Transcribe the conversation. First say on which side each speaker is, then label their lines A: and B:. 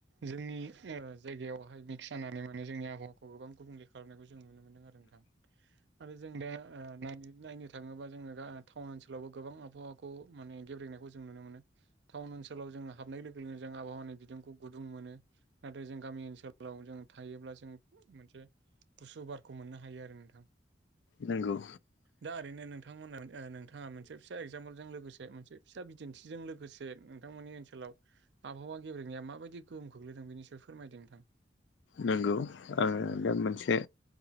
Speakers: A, on the right; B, on the left.
A: जोंनि ओ जायगायावहाय मिक्स जानानै माने जोंनि आबहावाखौ गोबां गुबुंले खालामनायखौ जों नुनो मोनदों आरो नोंथां आरो जों दा उह नायनो-नायनो थाङोबा जोङो दा टाउन ओनसोलावबो गोबां आबहावाखौ माने गेब्रेनाय जों नुनो मोनो टाउन ओनसोलाव जोंहा। हाबनाय लोगो लोगोनो जों आबहावानि बिदुंखौ गुदुं मोनो। नाथाय जों गामि ओनसोलाव जों थायोब्ला जों मोनसे गुसु बारखौ मोननो हायो आरो नोंथां।
B: नोंगौ।
A: दा ओरैनो नों थांमोना उह नोंथाङा मोनसे फिसा एगजामपोलजों लोगोसे मोनसे फिसा बिदिन्थिजों लोगोसे नोंथांमोननि ओनसोलाव आबहावा गेब्रेंनाया माबायदि गोहोम खख्लैदों बेनि सायाव फोरमायदों नोंथां।
B: नंगौ आङो दा मोनसे